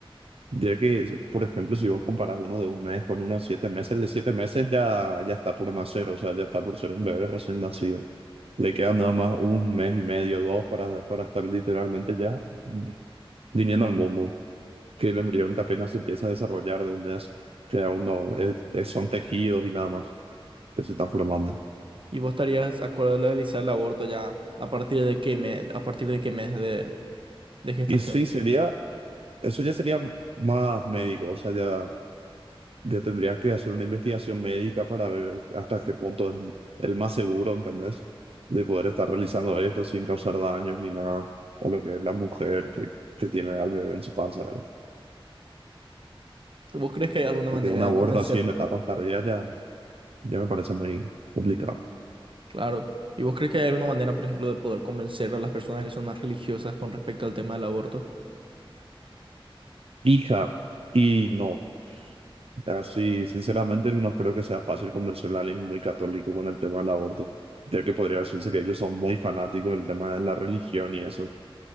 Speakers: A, on the right; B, on the right.
A: Ya que, por ejemplo, si vos comparás uno de un mes con uno de siete meses, el de siete meses ya, ya está por nacer, o sea, ya está por ser un bebé recién nacido. Le quedan nada más un mes y medio, dos, para, para estar literalmente ya viniendo al mundo, que el embrión que apenas se empieza a desarrollar de un mes, que aún no, es- es- son tejidos y nada más que se están formando.
B: y vos estarías de acuerdo de legalizar el aborto ya a partir de qué mes, a partir de qué mes de, de gestación?
A: Y sí, sería, eso ya sería más médico, o sea, ya, ya tendrías que hacer una investigación médica para ver hasta qué punto es el más seguro, ¿entendés? De poder estar realizando esto sin causar daños ni nada, o lo que es la mujer que, que tiene al bebé en su panza, ¿verdad?
B: ¿Vos crees que hay alguna
A: Porque
B: manera
A: un
B: de
A: aborto
B: convencer
A: así en etapas tardías ya, ya me parece muy complicado.
B: Claro. ¿Y vos crees que hay alguna manera, por ejemplo, de poder convencer a las personas que son más religiosas con respecto al tema del aborto?
A: Hija, y no. Así, sinceramente, no creo que sea fácil convencer a alguien muy católico con el tema del aborto, ya que podría decirse que ellos son muy fanáticos del tema de la religión y eso,